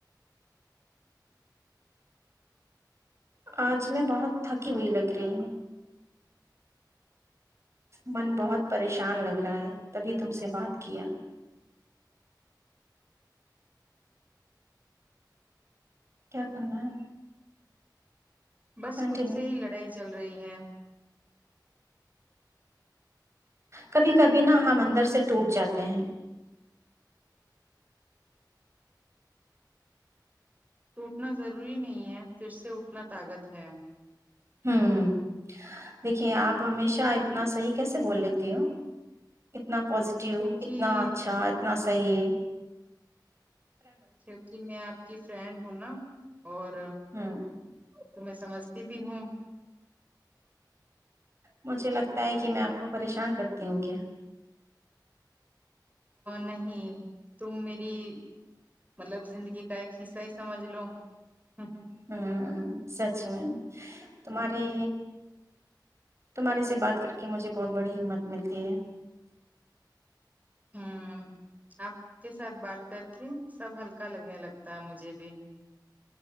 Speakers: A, on the right; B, on the right.
A: آج میں بہت تھکی ہوئی لگ رہی ہوں من بہت پریشان لگ رہا ہے تبھی تم سے بات کیا کیا کرنا ہے
B: بس
A: کنٹینیو
B: خود سے ہی لڑائی چل رہی ہیں
A: کبھی کبھی نہ ہم اندر سے ٹوٹ جاتے ہیں
B: ٹوٹنا ضروری نہیں ہے پھر سے اٹنا طاقت ہے
A: ہوں دیکھیے آپ ہمیشہ اتنا صحیح کیسے بول لیتی ہو اتنا پازیٹیو
B: کیونکہ
A: اتنا اچھا اتنا تئیی
B: کیونکہ میں آپ کی فرینڈ ہوں نا اور
A: ہوں
B: تو میں سمجھتی بھی ہوں
A: مجھے لگتا ہے کہ میں آپ کو پریشان کرتی ہوں کیا
B: نہیں تم میری مطلب زندگی کا ایک حصہ ہی سمجھ لو ہوں
A: ہوں ہ سچ میم تمہاری تمہارے سے بات کر کے مجھے بہت بڑی ہمت ملتی ہے
B: ہ آپ کے ساتھ بات کر کے سب ہلکا لگنے لگتا ہے مجھے بھی